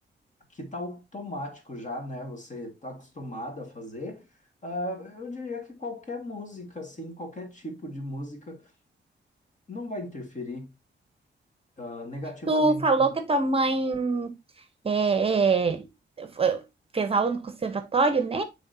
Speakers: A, on the left (about 40°); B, on the right (about 30°).
A: que está automático já, né? Você está acostumado a fazer. ah, eu diria que qualquer música, assim, qualquer tipo de música, não vai interferir, ah, negativamente.
B: Tu falou que a tua mãe é, é, foi- fez aula no conservatório, né?